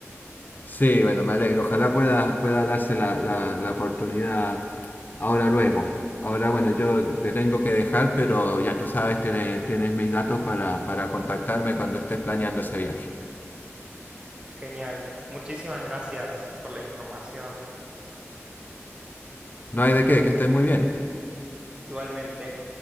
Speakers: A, on the left; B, on the right.
A: Sí, bueno, me alegro, ojalá pueda, pueda darse la, la, la oportunidad ahora luego. Ahora, bueno, yo te tengo que dejar, pero ya tú sabes, tienes, tienes mis datos para, para contactarme cuando estés planeando ese viaje.
B: Genial. Muchísimas gracias por la información.
A: No hay de qué, que estés muy bien.
B: Igualmente.